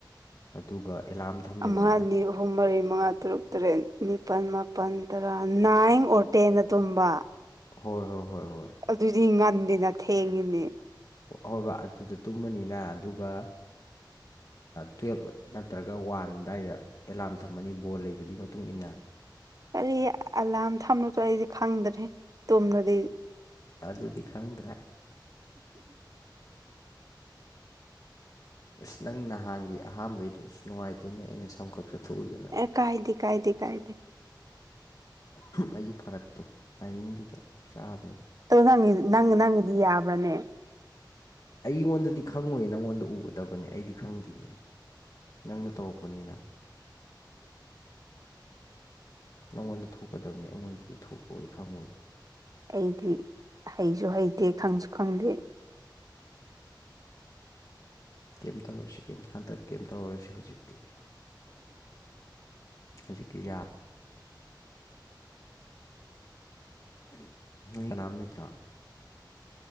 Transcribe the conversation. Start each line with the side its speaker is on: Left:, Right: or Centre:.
Left: ꯑꯗꯨꯒ ꯑꯦꯂꯥꯔꯝ ꯊꯝꯃꯦꯗꯅ
Right: ꯑꯃ ꯑꯅꯤ ꯑꯍꯨꯝ ꯃꯔꯤ ꯃꯉꯥ ꯇꯔꯨꯛ ꯇꯔꯦꯠ ꯅꯤꯄꯥꯜ ꯃꯥꯄꯜ ꯇꯔꯥ ꯅꯥꯏꯟ ꯑꯣꯔ ꯇꯦꯟ ꯇꯨꯝꯕ
Left: ꯍꯣꯏ ꯍꯣꯏ ꯍꯣꯏ ꯍꯣꯏ
Right: ꯑꯗꯨꯗꯤ ꯉꯟꯗꯦꯅ ꯊꯦꯡꯉꯤꯅꯦ
Left: ꯍꯣꯏ ꯑꯗꯨꯗ ꯇꯨꯝꯃꯅꯤꯅ ꯑꯗꯨꯒ ꯇꯨꯋꯜꯞ ꯅꯠꯇ꯭ꯔꯒ ꯋꯥꯟ ꯑꯗꯨꯗꯥꯋꯥꯏꯗ ꯑꯦꯂꯥꯝ ꯊꯝꯃꯅꯤ ꯕꯣꯜ ꯂꯩꯕꯗꯨꯒꯤ ꯃꯇꯨꯡ ꯏ ꯃꯇꯨꯡꯏꯟꯅ
Right: ꯀꯔꯤ ꯑꯂꯥꯝ ꯊꯝꯂꯨꯗꯣ ꯑꯩꯁꯦ ꯈꯪꯗ꯭ꯔꯦ ꯇꯨꯝꯂꯗꯤ
Left: ꯑꯗꯨꯗꯤ ꯈꯪꯗ꯭ꯔꯦ ꯑꯁ ꯅꯪ ꯅꯍꯥꯟꯒꯤ ꯑꯍꯥꯝꯕꯩꯗꯣ ꯅꯨꯡꯉꯥꯏꯇꯦꯅꯦ ꯑꯩꯅ ꯁꯝ ꯆꯠꯊꯣꯛꯎꯗꯅ
Right: ꯑꯦ ꯀꯥꯏꯗꯤ ꯀꯥꯏꯗꯤ ꯀꯥꯏ ꯂꯩ
Left: ꯑꯩꯁꯨ ꯐꯔꯛꯇꯣ ꯇꯥꯏꯃꯤꯡꯗꯨꯗ ꯆꯥꯗ
Right: ꯑꯣ ꯅꯪ ꯅꯪ ꯅꯪꯗꯤ ꯌꯥꯕ꯭ꯔꯅꯦ
Left: ꯑꯩꯉꯣꯟꯗꯗꯤ ꯈꯪꯉꯣꯏ ꯅꯪꯉꯣꯟꯗ ꯎꯒꯗꯕꯅꯦ ꯑꯩꯗꯤ ꯈꯪꯗꯦꯌꯦ ꯅꯪꯅ ꯇꯧꯔꯛꯄꯅꯤꯅ
Right: <unintelligible>
Left: ꯅꯪꯉꯣꯟꯗ ꯊꯣꯛꯀꯗꯕꯅꯤ ꯑꯩꯉꯣꯟꯗꯗꯤ ꯊꯣꯛꯀꯑꯣꯏ ꯈꯪꯉꯏ
Right: ꯑꯩꯗꯤ ꯍꯩꯁꯨ ꯍꯩꯇꯦ ꯈꯪꯁꯨ ꯈꯪꯗꯦ
Left: ꯀꯦꯝ ꯇꯧꯔꯁꯤ ꯍꯟꯗꯛ ꯀꯦꯝ ꯇꯧꯔꯨꯔꯁꯤ ꯍꯧꯖꯤꯛꯇꯤ ꯍꯧꯖꯤꯛꯀꯤ ꯌꯥꯠ ꯏ ꯅꯃꯤꯠ ꯔꯥ